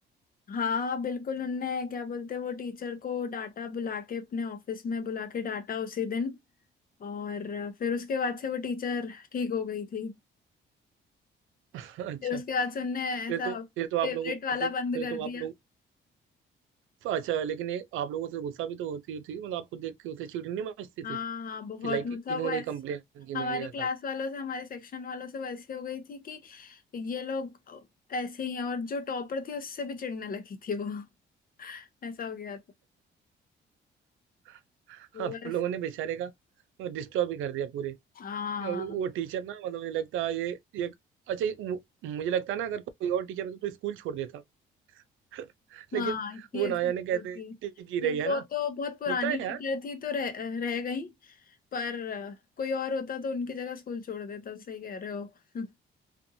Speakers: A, on the left; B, on the right.
A: हाँ बिल्कुल उनने क्या बोलते हैं, वो टीचर को डाटा बुला के अपने ऑफिस में बुला के डाटा उसी दिन और फिर उसके बाद से वो टीचर ठीक हो गई थी
B: <laughs> अच्छा
A: फिर उसके बाद से उनने ऐसा
B: फिर तो
A: फेवरेट
B: फिर तो आप लोगों
A: वाला
B: से फिर
A: बंद कर
B: तो आप
A: दिया
B: लोगों तो अच्छा लेकिन ये आप लोगों से तो गुस्सा भी तो होती होती थी, मतलब आपको देख के उसे चिढ़ नहीं मचती थी
A: हाँ हाँ बहुत
B: कि लाइक
A: मतलब
B: इन्होंने
A: वो ऐसे
B: ही कंप्लेन की
A: हमारी
B: मेरी
A: क्लास
B: ऐसा
A: वालों से हमारे सेक्शन वालों से वो ऐसी हो गई थी कि ये लोग ऐसे ही हैं और जो टॉपर थी उससे भी चिढ़ने लगी थी वो <laughs> ऐसा हो गया था
B: <laughs>
A: तो
B: आप
A: बस
B: लोगों ने बेचारे का डिस्टर्ब भी कर दिया पूरे
A: हाँ
B: वो टीचर ना मतलब मुझे लगता है ये ये अच्छा ये मु- मुझे लगता है ना अगर कोई और टीचर होता तो स्कूल छोड़ देता <laughs> लेकिन
A: हाँ ये
B: वो ना
A: चीज
B: जाने कहते
A: होती है
B: टिकी रही
A: ये वो
B: है ना
A: तो बहुत पुरानी
B: होता
A: टीचर
B: है
A: थी तो रह, रह गई पर कोई और होता तो उनकी जगह स्कूल छोड़ देता सही कह रहे हो <laughs>